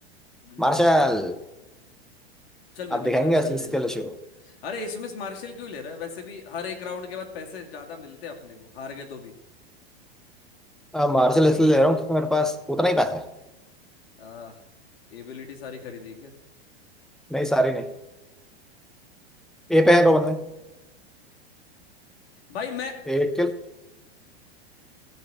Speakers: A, on the left (about 65°); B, in the centre.
A: बुलडॉग
B: मार्शल
A: खेल रहा हूँ चल मैं
B: आप
A: भी
B: दिखाएंगे
A: मार्शल
B: असली
A: ले
B: स्किल
A: लेता हूँ
B: शो
A: अरे इसमें मार्शल क्यों ले रहा है वैसे भी हर एक राउंड के बाद पैसे ज्यादा मिलते हैं अपने को हार गए तो भी
B: अब मार्शल इसलिए ले रहा हूँ क्योंकि मेरे पास उतना ही पैसा है
A: आ एबिलिटी सारी खरीदी है क्या
B: नहीं सारी नहीं ए पे है दो बंदे
A: भाई मैं
B: एक किल